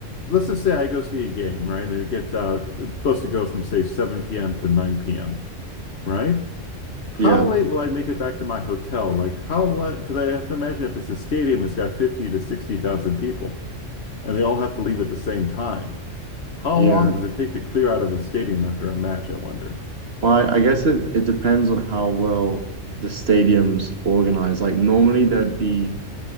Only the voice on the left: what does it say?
Let's just say I go see a game, right? And it gets out. It's supposed to go from say 7 p.m. to 9 p.m., right? How
late will I make it back to my hotel? Like how late? Because I have to imagine if it's a stadium, it's got 50 to 60,000 people, and they all have to leave at the same time. How
long does it take to clear out of a stadium after a match, I wonder?